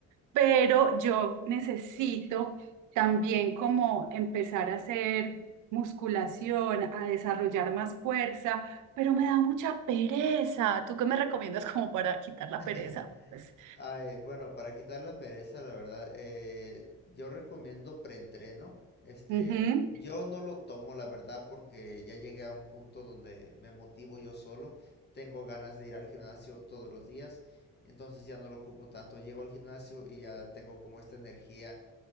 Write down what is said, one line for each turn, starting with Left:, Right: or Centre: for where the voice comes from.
Right: pero yo necesito también como empezar a hacer musculación, a desarrollar más fuerza, pero me da mucha pereza. ¿Tú qué me recomiendas como para quitar la
Left: <laughs>
Right: pereza? Pues,
Left: Ay, bueno, para quitar la pereza, la verdad, eh, yo recomiendo preentreno. Este,
Right: ujú.
Left: yo no lo tomo, la verdad, porque ya llegué a un punto donde me motivo yo solo. Tengo ganas de ir al gimnasio todos los días, entonces ya no lo ocupo tanto. Llego al gimnasio y ya tengo como esta energía,